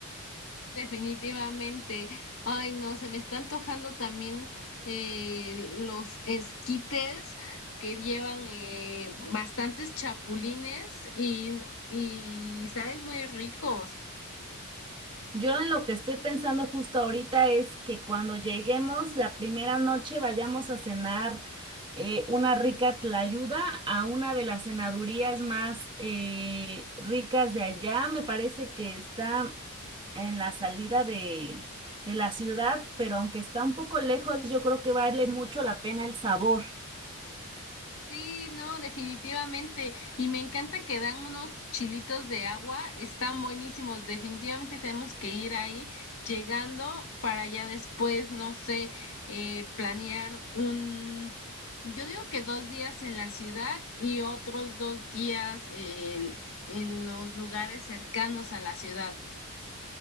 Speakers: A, on the left; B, on the right.
A: Definitivamente. Ay, no, se me está antojando también eh, los esquites que llevan eh, bastantes chapulines y, y saben muy ricos.
B: Yo en lo que estoy pensando justo ahorita es que cuando lleguemos la primera noche vayamos a cenar eh, una rica tlayuda a una de las cenadurías más eh, ricas de allá. Me parece que está en la salida de, de la ciudad, pero aunque está un poco lejos, yo creo que vale mucho la pena el sabor.
A: Sí, no, definitivamente. Y me encanta que dan unos chilitos de agua, están buenísimos. Definitivamente tenemos que ir ahí llegando para ya después, no sé, eh, planear un, yo digo que dos días en la ciudad y otros dos días eh, en los lugares cercanos a la ciudad.